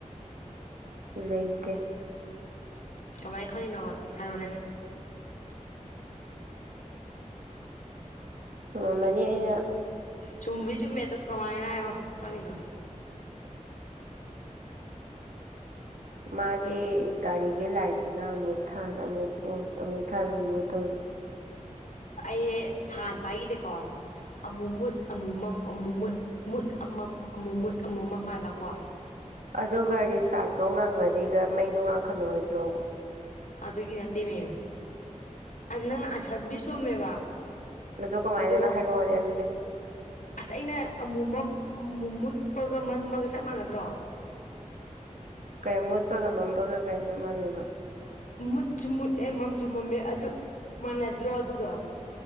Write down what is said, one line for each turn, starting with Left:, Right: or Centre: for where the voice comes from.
Right: ꯂꯩꯇꯦ
Left: ꯀꯃꯥꯏ ꯈꯪꯏꯅꯣꯕ ꯍꯥꯏꯔꯛꯎꯅꯦ
Right: ꯆꯨꯝꯃꯝꯃꯅꯤ ꯑꯩꯅ
Left: ꯆꯨꯝꯕꯔꯤ ꯆꯨꯝꯃꯦ ꯑꯣ ꯀꯃꯥꯏꯅ ꯍꯥꯏꯔꯣ ꯈꯪꯉꯤꯗꯣ
Right: ꯃꯥꯒꯤ ꯒꯥꯔꯤꯒꯤ ꯂꯥꯏꯠꯇꯨꯅ ꯑꯃꯨꯛ ꯊꯥꯟ ꯑꯃꯨꯛ ꯃꯨꯠ ꯑꯃꯨꯛ ꯊꯥꯟ ꯑꯃꯨꯛ ꯃꯨꯠ ꯇꯧꯔꯤꯕ
Left: ꯑꯩ ꯊꯥꯟꯕ ꯍꯥꯏꯗꯤꯀꯣ ꯑꯃꯨ ꯃꯨꯠ ꯑꯃꯨ ꯃꯝ ꯑꯃꯨ ꯃꯨꯠ ꯃꯨꯠ ꯑꯃꯝ ꯑꯃꯨ ꯃꯨꯠ ꯑꯃꯨ ꯃꯝ ꯍꯥꯏꯕꯀꯣ
Right: ꯑꯗꯨꯒꯥ ꯔꯤꯁꯇꯔꯠꯇꯣ ꯉꯪꯉꯥꯗꯤ ꯃꯩꯗꯣ ꯉꯥꯡꯈꯠꯂꯣꯏꯗ꯭ꯔꯣ
Left: ꯑꯗꯨꯒꯤ ꯅꯠꯇꯦꯃꯦ ꯅꯪꯅ ꯑꯟꯁꯔꯕꯨꯗꯤ ꯆꯨꯝꯃꯦꯕ
Right: ꯑꯗꯨ ꯀꯃꯥꯏꯅꯅ
Left: ꯑꯗꯣ
Right: ꯍꯥꯏꯔꯛꯑꯣꯅꯦ ꯑꯗꯨꯗꯤ
Left: ꯑꯁ ꯑꯩꯅ ꯑꯃꯨ ꯑꯃꯨ ꯃꯨꯠꯄꯒ ꯃꯟꯕꯒ ꯆꯞ ꯃꯥꯟꯅꯗ꯭ꯔꯣ
Right: ꯀꯩ ꯃꯨꯠꯄꯒ ꯃꯝꯕꯒꯔꯤ ꯆꯞ ꯃꯥꯟꯅꯩꯕ
Left: ꯃꯨꯠꯁꯨ ꯃꯨꯠꯂꯦ ꯃꯝꯁꯨ ꯃꯝꯃꯦ ꯑꯗꯨ ꯃꯥꯟꯅꯗ꯭ꯔꯣ ꯑꯗꯨꯗꯣ